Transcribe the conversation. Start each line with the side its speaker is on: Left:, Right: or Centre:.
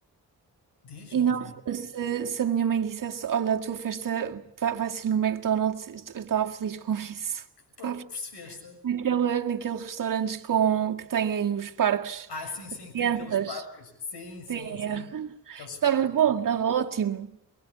Left: Diz,
Right: E
Left: não
Right: na
Left: ouvi.
Right: altura, se, se a minha mãe dissesse: Olha, a tua festa va- vai ser no McDonald's, eu estava feliz com <laughs> isso.
Left: Pa-
Right: Sabes?
Left: Percebeste?
Right: Naquele, naqueles restaurantes com, que têm os parques.
Left: Ah, sim, sim, que
Right: Crianças.
Left: tem aqueles parques. Sim, sim,
Right: Sim,
Left: sim.
Right: é.
Left: Aqueles.
Right: Estava
Left: pa-
Right: bom,
Left: aquele-
Right: estava ótimo.